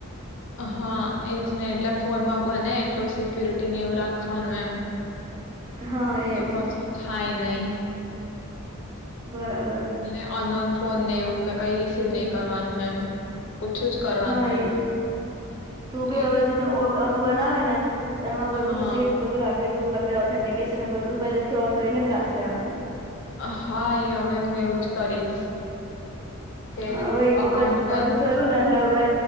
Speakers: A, on the left (about 60°); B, on the right (about 20°).
A: હા એજ ને એટલે ફોનમાં બને એટલુ સિક્યુરિટીને એવું રાખવાનું એમ.
B: હા એજ
A: તો કશો થાય ની
B: બરાબર
A: નહીં અને અનંત ફોનને એવું કે કંઇ રિસીવ નહી કરવાનું એમ ઓછું જ કરવાનું
B: હા
A: એમ
B: એજ તું બી
A: એ
B: હવે જે નવું અકાઉન્ટ બનાવે ને તો એમાં બધું
A: હા
B: સેફ બધું રાખજે <inaudible> તો ઓથેન્ટિક એસિને બધું પહેલેથી ઓન કરીને જ રાખી દેવાનું.
A: હા એ હવે હું એવું જ કરીશ. કે
B: હા હવે એક
A: અકાઉન્ટ
B: વખત
A: બંધ
B: આવું થયું ને એટલે હવે